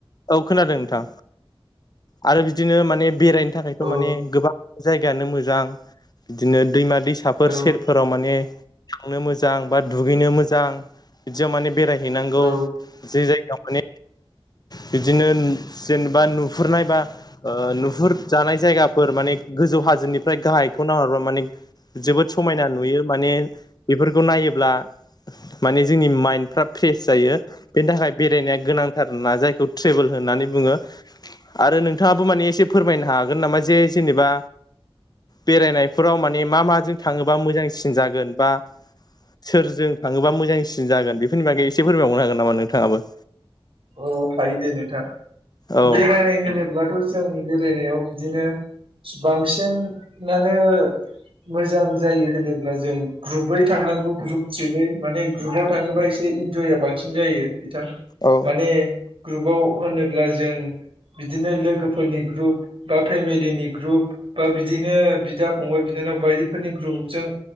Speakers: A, on the left; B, on the right.
A: औ खोनादों नोंथां आरो बिदिनो माने बेरायनो थाखायथ'
B: औ
A: माने गोबां जायगायानो मोजां बिदिनो दैमा दैसाफोर
B: औ
A: सेरफोराव माने थांनो मोजां बा दुगैनो मोजां बिदियाव माने बेरायहैनांगौ
B: औ
A: जे जायगायाव माने बिदिनो जेनेबा नुहुरनाय बा ओ नुहुरजानाय जायगाफोर माने गोजौ हा हाजोनिफ्राय गाहखौ नरबा मानि जोबो समायना नुयो माने बेफोरखौ नायोब्ला माने जोंनि माइन्दफ्रा फ्रेस जायो बेनि थाखाय बेरायनाया गोनांथार ना जायखौ ट्रेभेल होननानै बुङो आरो नोंथाङाबो माने एसे फोरमायनो हागोन नामा जे जेनेबा बेरायनायफोराव माने मा माजों थाङोबा मोजांसिन जागोन बा सोरजों थाङोबा मोजांसिन जागोन बेफोरनि बागै एसे फोरमायबावनो हागोन नामा नोंथाङाबो
B: अ हायो दे नोंथां
A: औ
B: बेरायनाय होनोब्लाथ' जों बेरायनायाव बिदिनो बांसिनानो मोजां जायो होनोब्ला जों ग्रुपै थांनांगौ ग्रुप थ्रिनै माने ग्रुपाव थाङोबा एसे इन्जया बांसिन जायो बिथां
A: औ
B: माने ग्रुपाव होनोब्ला जों बिदिनो लोगोफोरनि ग्रुप बा फेमिलिनि ग्रुप बा बिदिनो बिदा फंबाय बिना जोंनाव बायदिफोरनि ग्रुपजों